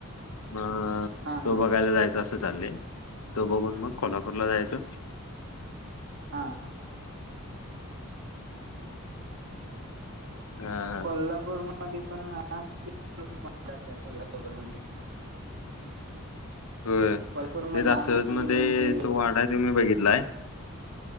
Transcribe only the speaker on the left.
मग
तो
बघायला जायचा जसं चाललंय तो बघून मग कोल्हापूरला जायचं
हा
होय
तेच असचं
मध्ये
तो वाडा आहे तो मी बघितलाय